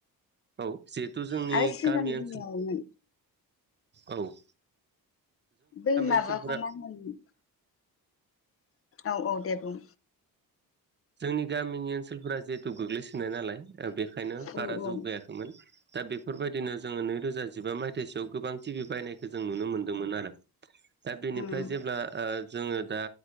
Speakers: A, on the right (about 30°); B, on the left (about 35°).
A: औ जिहेथु जोंनि
B: आरो सिगां
A: गामि
B: बुङोमोन
A: ओनसोल औ औ
B: बै माबाखौ
A: ओनसोलफोरा
B: मा होनो औ औ दे बुं
A: जोंनि गामिनि ओनसोलफोरा जिहेथु गोग्लैसोनाय नालाय बेखायनो
B: औ
A: बारा जौगायाखैमोन।
B: औ
A: दा बेफोरबायदिनो जोङो नैरोजा जिबा मायथाइ सोआव गोबां टिभि बायनायखौ जों नुनो मोन्दोंमोन आरो। दा बेनिफ्राय
B: उम
A: जेब्ला जोङो दा